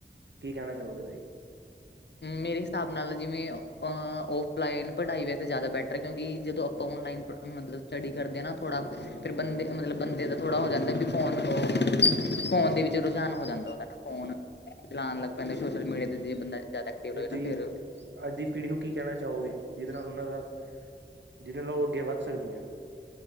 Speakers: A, on the right; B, on the left.
A: ਕੀ ਕਹਿਣਾ ਚਾਹੋਗੇ ਤੁਸੀਂ?
B: ਮੇਰੇ ਹਿਸਾਬ ਨਾਲ ਜਿਵੇਂ ਔਫਲਾਈਨ ਪੜ੍ਹਾਈ ਵੈਸੇ ਜ਼ਿਆਦਾ ਬੈਟਰ ਹੈ। ਕਿਉਂਕਿ ਜਦੋਂ ਆਪ ਔਨਲਾਈਨ ਮਤਲਬ ਸਟੱਡੀ ਕਰਦੇ ਨਾ, ਥੋੜਾ ਫੇਰ ਬੰਦੇ ਮਤਲਬ ਬੰਦੇ ਦਾ ਥੋੜਾ ਹੋ ਜਾਂਦਾ। ਫੋਨ ਉਹ ਫੋਨ ਦੇ ਵਿੱਚ ਰੁਝਾਨ ਹੋ ਜਾਂਦਾ, ਉਹਦਾ ਨਾ ਫੋਨ ਚਲਾਉਣ ਲੱਗ ਪੈਂਦਾ, ਸੋਸ਼ਲ ਮੀਡੀਆ ਤੇ ਜ ਬੰਦਾ ਜ਼ਿਆਦਾ ਐਕਟਿਵ
A: ਜੇ
B: ਰਹੇ
A: ਤੁਸੀਂ
B: ਨਾ ਫਿਰ
A: ਅੱਜ ਦੀ ਪੀੜ੍ਹੀ ਨੂੰ ਕੀ ਕਹਿਣਾ ਚਾਹੋਗੇ? ਜਿਹਦੇ ਨਾਲ ਉਹਨਾਂ ਦਾ ਜਿਹਦੇ ਨਾਲ ਉਹ ਅੱਗੇ ਵੱਧ ਸਕਦੀਆਂ।